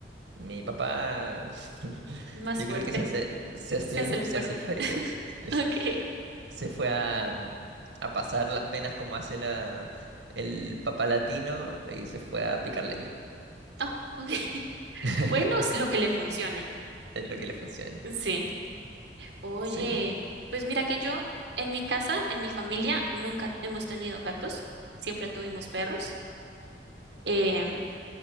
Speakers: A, on the right; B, on the right.
A: Mi papá, <laughs>
B: Más
A: yo
B: fuerte.
A: creo que se hace, se
B: <laughs>
A: hace
B: Se hace
A: el,
B: el fuerte.
A: se hace el frío.
B: <laughs>
A: <laughs>
B: Ok.
A: Se fue a, mm, a pasar las penas como hace la, el papá latino y se fue a picar leña.
B: Oh, ok. <laughs>
A: <laughs>
B: Bueno, es lo que le funcione.
A: Es lo que le funciona.
B: Sí. Oye,
A: Sí.
B: pues mira que yo, en mi casa, en mi familia, nunca hemos tenido gatos. Siempre tuvimos perros. em,